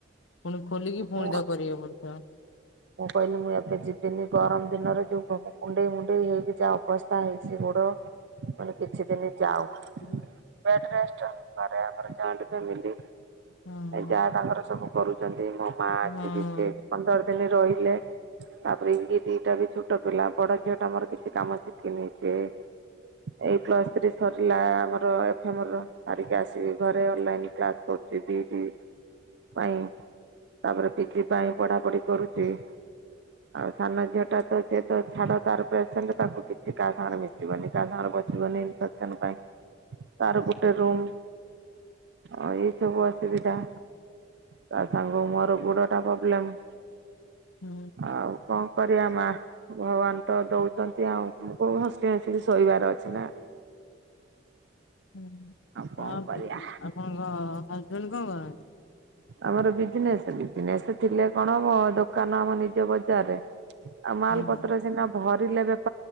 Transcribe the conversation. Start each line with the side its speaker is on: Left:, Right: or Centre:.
Left: ପୁଣି ଖୋଲିକି
Right: ମୁଁ
Left: ପୁଣି ତାକୁ କରିବାକୁ ପଡିବ।
Right: ମୁଁ କହିଲି ମୁଁ ଏବେ ଯିବିନି ଗରମ ଦିନରେ ଯୋଉ କୁଣ୍ଡେଇ ମୁୁଣ୍ଡେଇ ହେଇକି ଯାହା ଅବସ୍ଥା ହେଇଛି ଗୋଡ ମୁଁ କହିଲି କିଛି ଦିନି ଯାଉ।
Left: <inaudible>
Right: ବେଡରେଷ୍ଟ ଘରେ ଆମର ଜଏଣ୍ଟ ଫାମିଲ୍ ହେଇ
Left: ହଁ
Right: ଯା ତାଙ୍କର ସବୁ କରୁ ଛନ୍ତି ମୋ ମା ଆସିବି
Left: ହଁ
Right: ସିଏ ବି ପନ୍ଦର ଦିନ ରହିଲେ ତାପରେ ଇଙ୍ଗ ଦିଇଟା ବି ଛୋଟ ପିଲା ବଡ ଝିଅ ଟା ଆମର କିଛି କାମ ଶିଖିନି ସେ ଏଇ ପ୍ଲସ ଥ୍ରୀ ସରିଲା ଆମର ଏଫମ ର ସାରିକି ଆସିକି ଘରେ ଅନଲାଇନ୍ କ୍ଲାସ କରୁଛି ପି ଇ ଟି ପାଇଁ ତାପରେ ପିଜି ପାଇଁ ପଢାପଢି କରୁଚି। ଆଉ ସାନ ଝିଅ ଟା ସିଏତ ଛାଡ ତାର ପେସେଣ୍ଟ ତାକୁ କିଛି କାହା ସାଙ୍ଗରେ ମି ସିବନି କାହା ସାଙ୍ଗରେ ବସିବନି ଇନଫେକ୍ସନ ପାଇଁ ତାର ଗୋଟେ ରୁମ୍ ଆଉ ଏଇ ସବୁ ଅସୁବିଧା। ତା ସାଙ୍ଗ ମୋର ଗୋଡ ଟା ପବ୍ଲେମ।
Left: ହୁଁ
Right: ଆଉ କଣ କରିବା ମା। ଭଗବାନ ତ ଦଉଚନ୍ତି ଆମକୁ ହସି ହସି କି ସହିବାର ଅଛି ନା।
Left: ହୁଁ।
Right: କଣ
Left: ଆଉ ଆପ
Right: କରିବା
Left: ଆପଣଙ୍କ ହଜବେଣ୍ଡ କଣ କରନ୍ତି?
Right: ଆମର ବିଜନେସ। ବିଜନେସ ଥିଲେ କଣ ହବ ଦୋକାନ ଆମ ନିଜ ବଜାରରେ। ଆଉ ମାଲ
Left: କଣ କରନ୍ତି?
Right: ପତ୍ର ସିନା ଭରିଲେ ବେ